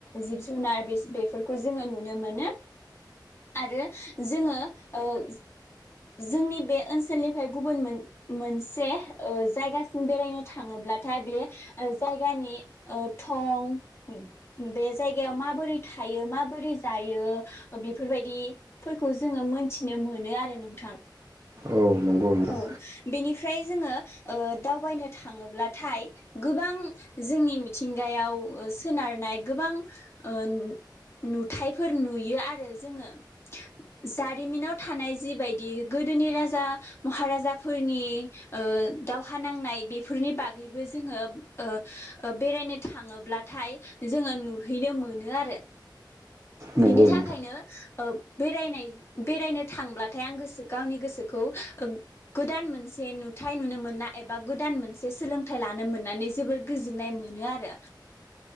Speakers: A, on the left; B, on the right.
A: जिब जुनार बेफोरखौ जोङो नु नो मोनो आरो जोङो ओ जोंनि बे ओनसोलनिफ्राय गुबुन मोनसे ओ जायगासिम बेरायनो थाङोब्लाथाय बे जायगानि ओ थं बे जायगायाव माबोरै थायो माबोरै जायो बेफोरबायदिफोरखौ जोङो मोनथिनो मोनो आरो नोंथां।
B: औ नंगौ नोंथां
A: औ बेनिफ्राय जोङो ओ दावबायनो थाङोब्लाथाय गोबां जोंनि मिथिंगायाव ओ सोनारनाय गोबां ओ नुथायफोर नुयो आरो जोङो जारिमिनाव थानाय जिबायदि गोदोनि राजा महाराजाफोरनि ओ दावहा नांनाय बेफोरनि बागैबो जोङो ओ बेरायनो थाङोब्लाथाय जोङो नुहैनो मोनो आरो
B: नंगौ
A: बिनि थाखायनो
B: नोंथां
A: ओ बेरायनाय बेरायनो थांब्लाथाय आं गोसो गावनि गोसोखौ गोदान मोनसे नुथाय नुनो मोनना एबा गोदान मोनसे सोलोंथाइ लानो मोननानै जोबोर गोजोननाय मोनो आरो